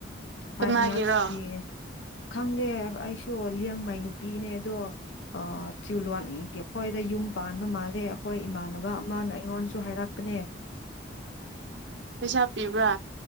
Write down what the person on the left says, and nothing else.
ꯐꯥꯏꯚ
ꯃꯥꯔꯛꯁꯀꯤ ꯈꯪꯗꯦ ꯑꯩꯁꯨ ꯂꯤꯌꯥꯡ ꯃꯩ ꯅꯨꯄꯤꯅꯦ ꯑꯗꯣ ꯇꯤꯋꯥꯟꯒꯤ ꯍꯣꯏꯗ ꯌꯨꯝ ꯄꯥꯟ ꯅ ꯃꯥꯜꯂꯦ ꯑꯩꯈꯣꯏ ꯏꯃꯥꯟꯅꯕ ꯑꯃꯅ ꯑꯩꯉꯣꯟꯗꯁꯨ ꯍꯥꯏꯔꯛꯄꯅꯦ